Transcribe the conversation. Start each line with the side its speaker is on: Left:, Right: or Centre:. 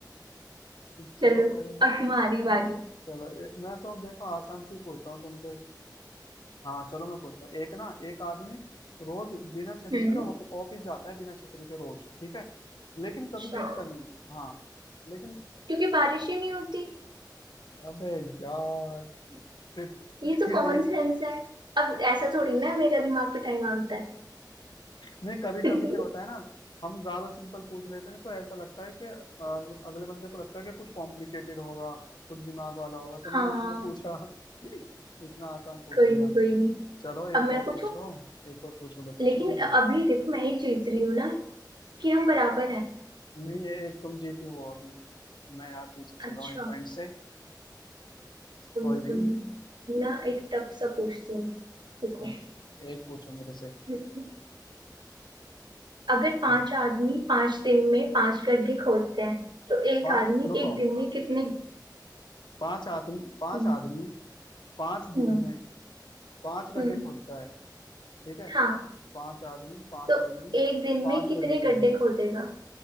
Right: <laughs>
Left: चलो
Right: चलो
Left: कोई नहीं
Right: अब तुम्हारी बारी
Left: चलो ए- मैं तो देखो आसान से ही पूछता हूँ तुमसे हाँ चलो मैं पूछता हूँ एक ना एक आदमी रोज बिना छतरी
Right: हम्म
Left: के ऑफ- ऑफिस जाता है बिना छतरी के रोज ठीक है लेकिन
Right: अच्छा
Left: कभी भीगता नहीं हाँ लेकिन
Right: क्योंकि बारिश ही नहीं होती
Left: अबे यार shit,
Right: ये
Left: <laughs>
Right: तो
Left: ये-
Right: कॉमन सेंस है अब ऐसा थोड़ी ना है, मेरा दिमाग पिटाई मांगता
Left: नहीं कभी कभी
Right: है
Left: क्या होता
Right: <laughs>
Left: है ना हम ज्यादा सिंपल पूछ लेते हैं ना, तो ऐसा लगता है कि अ, अगले बंदे को लगता है कि कुछ कॉम्प्लिकेटेड होगा कुछ दिमाग वाला होगा तो मैंने
Right: हाँ
Left: इसलिए पूछा <laughs> इतना आसान पूछ
Right: कोई
Left: लिया
Right: नहीं कोई नहीं
Left: चलो एक
Right: अब
Left: और
Right: मैं पूछूं
Left: पूछो एक और पूछो बच्चू
Right: लेकिन अभी देखो मैं ही जीत रही हूँ ना कि हम बराबर हैं
Left: नहीं ये एक तुम जीती हो अभी मैं यार पीछे चल
Right: अच्छा
Left: रहा हूँ एक पॉइंट से
Right: कोई
Left: कोई
Right: नहीं कोई
Left: नहीं
Right: नहीं ना
Left: बस,
Right: एक टफ सा पूछती हूँ रुको
Left: हम्म, एक पूछो मेरे से
Right: हम्म अगर पांच
Left: अब
Right: आदमी पांच दिन में पांच गड्ढे खोदते हैं तो एक
Left: पांच
Right: आदमी
Left: रुको
Right: एक दिन में कितने
Left: पांच आदमी पांच
Right: हम्म
Left: आदमी पांच दिन
Right: हम्म
Left: में पांच गड्ढे
Right: हम्म,
Left: खोदता है ठीक है
Right: हाँ
Left: पांच आदमी पांच
Right: तो
Left: दिन में
Right: एक दिन
Left: पांच
Right: में कितने
Left: गड्ढे खोदे
Right: गड्ढे खोदेगा